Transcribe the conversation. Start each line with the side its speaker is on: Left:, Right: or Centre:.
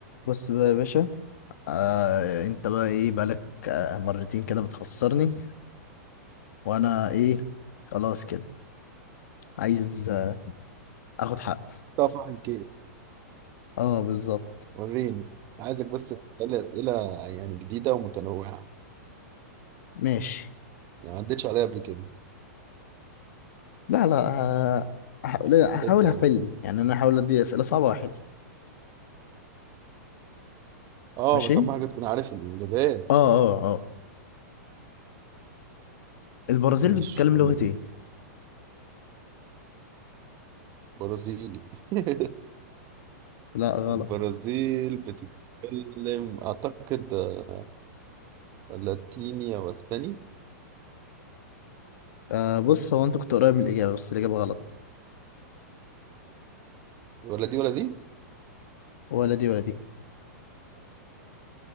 Left: بص بقى يا باشا آه انت بقى ايه بقالك آه مرتين كده بتخسرني وانا ايه خلاص كده عايز آه اخد حق
Right: طبعا كده
Left: اه بالظبط
Right: وريني عايزك بس تسألي أسئلة يعني جديدة ومتنوعة
Left: ماشي
Right: يعني ما عدتش عليها قبل كده
Left: لا لا آه، هحاول هحاول
Right: ابدأ
Left: هحل
Right: يا معلم
Left: يعني انا هحاول ادي اسئله صعبه واحل
Right: اه
Left: ماشي
Right: بس أهم حاجة تكون عارف الإجابات
Left: اه اه اه البرازيل
Right: ماشي
Left: بتتكلم
Right: يلا
Left: لغه
Right: بينا
Left: ايه
Right: برازيلي <laughs>
Left: لا غلط
Right: البرازيل بتتكلم أعتقد آه، لاتيني أو أسباني
Left: آه بص هو انت كنت قريب من الاجابه بس الاجابه غلط
Right: ولا دي ولا دي
Left: ولا دي ولا دي